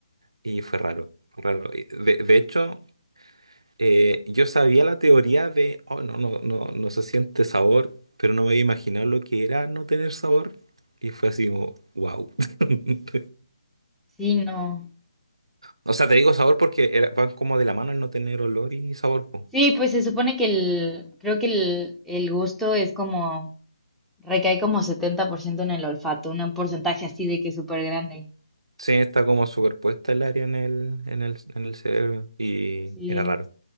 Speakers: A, on the right (about 75°); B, in the centre.
A: Y fue raro, fue raro. Y De, de hecho, eh, yo sabía la teoría de, oh, no, no, no, no se siente sabor, pero no me había imaginado lo que era no tener sabor. Y fue así como, wow. <laughs>
B: Sí, no.
A: O sea, te digo sabor porque era- van como de la mano el no tener olor y sabor, po.
B: Sí, pues se supone que el, creo que el, el gusto es como, recae como 70% en el olfato, un porcentaje así de que súper grande.
A: Sí, está como superpuesta el área en el, en el, en el cerebro. Y
B: Sí,
A: era raro.